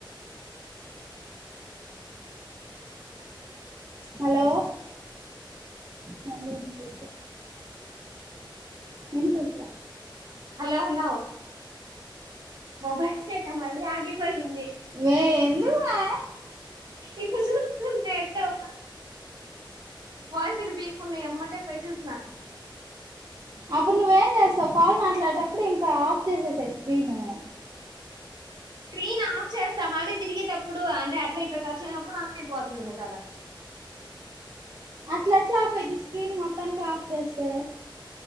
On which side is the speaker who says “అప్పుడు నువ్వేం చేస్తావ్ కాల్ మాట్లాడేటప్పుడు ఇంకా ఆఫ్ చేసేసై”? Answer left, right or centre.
Right